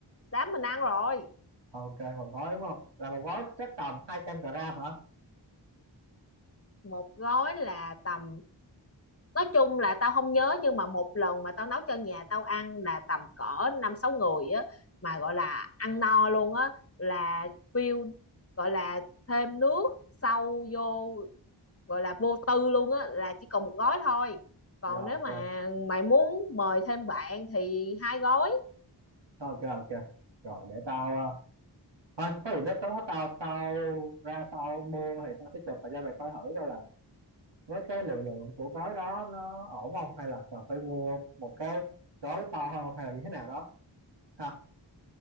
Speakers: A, on the left (about 30°); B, on the right (about 70°).
A: đám mình ăn rồi
B: ok một gói đúng không là một gói chắc tầm 200 gram hả
A: một gói là tầm nói chung là tao không nhớ nhưng mà một lần mà tao nấu cho nhà tao ăn là tầm cỡ năm sáu người á mà gọi là ăn no luôn á là view gọi là thêm nước sâu vô gọi là vô tư luôn á là chỉ còn một gói thôi còn
B: rồi ok
A: nếu mà mày muốn mời thêm bạn thì hai gói
B: ok ok rồi để tao ờ, thôi có gì đó tao tao tao ra tao mua thì tao sẽ chụp và cho mày coi thử coi là với cái liều lượng của gói đó nó ổn không hay là cần phải mua một cái gói to hơn hay là như thế nào đó ha